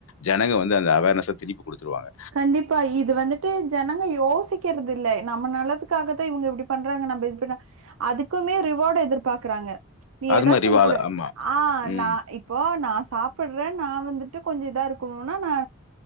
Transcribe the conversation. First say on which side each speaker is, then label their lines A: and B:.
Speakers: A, on the left (about 75°); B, on the right (about 70°).
A: ஜனங்க வந்து அந்த அவேர்னஸ்ஸ திருப்பி கொடுத்துருவாங்க
B: கண்டிப்பா இது வந்து ட்டு ஜனங்க யோசிக்கிறது இல்ல நம்ம நல்லதுக்காகத்தா இவங்க இப்டி பண்றாங்க நம்ம இதுப அதுக்குமே ரிவார்டு எதிர்பாக்கறாங்க நீ
A: அது
B: ஏதாச்சு
A: மாரி
B: ஒன்னு
A: வாழ
B: குடு
A: ஆமா.
B: ஆ
A: ம்.
B: நா இப்போ நா சாப்பிட்றே நா வந்துட்டு கொஞ்சோ இதா இருக்கணுனா நா